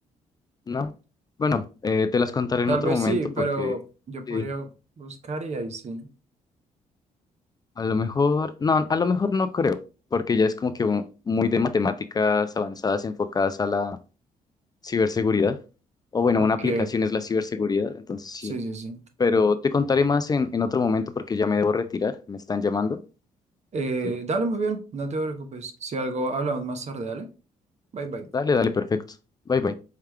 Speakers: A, on the left; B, on the right.
A: No. Bueno, eh, te las contaré
B: tal
A: en otro
B: vez
A: momento
B: sí, pero
A: porque
B: yo
A: sí,
B: podría buscar y ahí sí.
A: a lo mejor, no, a lo mejor no creo, porque ya es como que un- muy de matemáticas avanzadas enfocadas a la ciberseguridad. O bueno,
B: Ok,
A: una aplicación es la ciberseguridad, entonces sí.
B: sí, sí, sí.
A: Pero te contaré más en, en otro momento porque ya me debo retirar, me están llamando.
B: Eh,
A: Sí.
B: dale muy bien, no te preocupes. Si algo, hablamos más tarde, dale. Bye, bye.
A: Dale, dale, perfecto. Bye, bye.